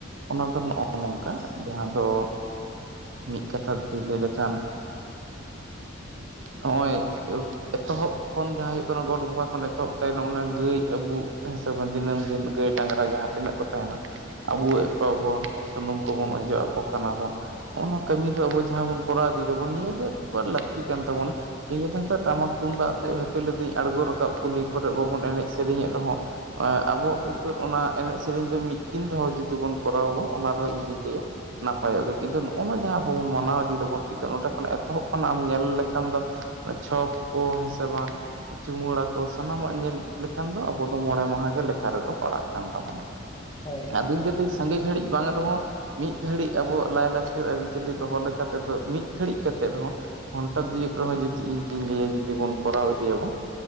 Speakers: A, on the right; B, on the left.
A: ᱚᱱᱟ ᱫᱚ ᱱᱚᱜᱼᱚ ᱱᱚᱝᱠᱟ
B: ᱦᱳᱭ
A: ᱡᱟᱦᱟᱸ ᱫᱚ ᱢᱤᱫ ᱠᱟᱛᱷᱟ ᱞᱟᱹᱭ ᱞᱮᱠᱷᱟᱱ ᱱᱚᱜᱼᱚᱭ ᱮᱛᱚᱦᱚᱵ ᱠᱷᱚᱱ ᱡᱟᱦᱟᱸᱭ ᱜᱚᱴ ᱵᱚᱸᱜᱟ ᱠᱷᱚᱱ ᱮᱛᱚᱦᱚᱵ ᱛᱟᱭ ᱜᱟᱹᱭ ᱟᱵᱩᱜ ᱦᱮᱸ ᱥᱮ ᱵᱟᱝ ᱫᱤᱱᱟᱹᱢ ᱫᱤᱱ ᱜᱟᱹᱭ ᱰᱟᱝᱨᱟ ᱡᱟᱦᱟᱸ ᱛᱤᱱᱟᱹᱜ ᱠᱚ ᱛᱟᱦᱮᱱᱟ ᱟᱵᱩᱭᱮᱫ
B: ᱦᱳᱭ
A: ᱠᱚᱣᱟ ᱵᱚᱱ ᱥᱩᱱᱩᱢ ᱠᱚᱵᱚᱱ ᱚᱡᱚᱜ ᱟᱠᱚ ᱠᱟᱱᱟ ᱵᱚᱱ ᱚᱱᱟ ᱠᱟᱹᱢᱤ ᱫᱚ ᱟᱵᱚ ᱡᱟᱦᱟᱸ ᱵᱚᱱ ᱠᱚᱨᱟᱣ ᱤᱫᱤᱭ ᱫᱟᱵᱚᱱ ᱱᱤᱭᱟᱹ ᱫᱚ ᱮᱠᱵᱟᱨ ᱞ ᱞᱟᱹᱠᱛᱤ ᱠᱟᱱ ᱛᱟᱵᱚᱱᱟ ᱤᱧ ᱢᱟ ᱴᱟᱢᱟᱠ ᱛᱩᱢᱫᱟᱜ ᱟᱛᱮ ᱦᱚᱭᱛᱚ ᱞᱮᱭ ᱫᱤᱧ ᱟᱲᱜᱚ ᱨᱟᱠᱟᱵ ᱠᱩᱞᱦᱤ ᱠᱚᱨᱮᱜ ᱵᱟᱵᱚᱱ ᱮᱱᱮᱡ ᱥᱮᱨᱮᱧ ᱮᱫ ᱨᱮᱦᱚᱸ ᱟᱵᱚᱣᱟᱜ ᱠᱤᱱᱛᱩ ᱚᱱᱟ ᱮᱱᱮᱡ ᱥᱮᱨᱮᱧ ᱫᱚ ᱢᱤᱫ ᱫᱤᱱ ᱨᱮᱦᱚᱸ ᱡᱩᱫᱤ ᱵᱚᱱ ᱠᱚᱨᱟᱣ ᱟᱵᱚᱱ ᱚᱱᱟ ᱨᱮᱦᱚᱸ ᱤᱧᱫᱩᱧ ᱞᱟᱹᱭᱟ ᱱᱟᱯᱟᱭᱚᱜ ᱜᱮ ᱠᱤᱱᱛᱩ ᱱᱚᱜᱼᱚ ᱱᱚᱣᱟ ᱡᱟᱦᱟᱸ ᱟᱵᱚ ᱵᱚᱱ ᱢᱟᱱᱟᱣ ᱤᱫᱤᱭ ᱫᱟᱵᱚᱱ ᱠᱤᱱᱛᱩ ᱱᱚᱰᱮ ᱠᱷᱚᱱᱟᱜ ᱮᱛᱚᱦᱚᱵ ᱠᱷᱚᱱᱟᱜ ᱮᱢ ᱧᱮᱞ ᱞᱮᱠᱷᱟᱱ ᱫᱚ ᱚᱱᱟ ᱪᱷᱚᱯ ᱠᱚ ᱦᱮᱸ ᱥᱮ ᱵᱟᱝ ᱪᱩᱢᱟᱹᱲᱟ ᱠᱚ ᱥᱟᱱᱟᱢᱟᱜ ᱧᱮᱞ ᱞᱮᱠᱷᱟᱱ ᱫᱚ ᱟᱵᱚ ᱫᱚ ᱢᱚᱬᱮ ᱢᱟᱦᱟ ᱜᱮ ᱞᱮᱠᱷᱟ ᱨᱮ ᱫᱚ ᱯᱟᱲᱟᱜ ᱠᱟᱱ ᱛᱟᱵᱚᱱᱟ
B: ᱦᱳᱭ ᱦᱳᱭ
A: ᱟᱹᱫᱤᱱ
B: ᱦᱳᱭ
A: ᱡᱚᱫᱤ
B: ᱱᱚᱣᱟ
A: ᱥᱟᱸᱜᱮ
B: ᱫᱚ
A: ᱜᱷᱟᱹᱲᱤᱡ ᱵᱟᱝ ᱨᱮ ᱦᱚᱸ ᱢᱤᱫ ᱜᱷᱟᱹᱲᱤᱡ ᱟᱵᱚᱣᱟᱜ ᱞᱟᱭ-ᱞᱟᱠᱪᱟᱨ ᱟᱹᱨᱤ-ᱪᱟᱹᱞᱤ ᱫᱚᱦᱚ ᱞᱮᱠᱟ ᱛᱮᱫᱚ ᱢᱤᱫ ᱜᱷᱟᱹᱲᱤᱡ ᱠᱟᱛᱮᱫ ᱨᱮ ᱦᱚᱸ ᱜᱷᱚᱱᱴᱟ ᱫᱤᱭᱮᱠ ᱨᱮᱦᱚᱸ ᱡᱩᱫᱤ ᱤᱧ ᱛᱤᱧ ᱞᱟᱹᱭᱟ ᱡᱩᱫᱤ ᱵᱚᱱ ᱠᱚᱨᱟᱣ ᱤᱫᱤᱭᱟᱵᱚᱱ